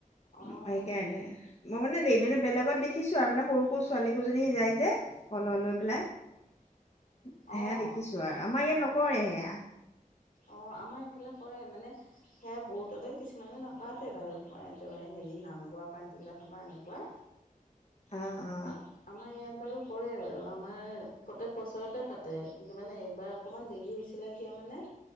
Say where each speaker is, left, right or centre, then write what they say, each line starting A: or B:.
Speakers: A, on the left; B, on the left.
A: অঁ
B: সেইকাৰণে। মই মানে দেইবিনে বেলেগত দেখিছোঁ আৰু মানে সৰু সৰু ছোৱালীকোজনী যায় যে কলহ লৈ পেলাই। সেয়া
A: অঁ
B: দেখিছোঁ আৰু, আমাৰ ইয়াত নকৰে সেয়া।
A: অ', আমাৰ এইফালে কৰে মানে সেয়া বহুততে কিছুমানে নাপ পাতে বাৰু প্ৰায় এত'বাৰে হেৰি, নাম গোৱা পানটোলা সবা এনেকুৱা।
B: অ অ
A: আম, আমাৰ ইয়াত বাৰু কৰে বাৰু আমাৰ প্ৰত্যেক বছৰতে পাতে। কিন্তু মানে এইবাৰ অকণমান দেৰি হৈছিলে কিয় মানে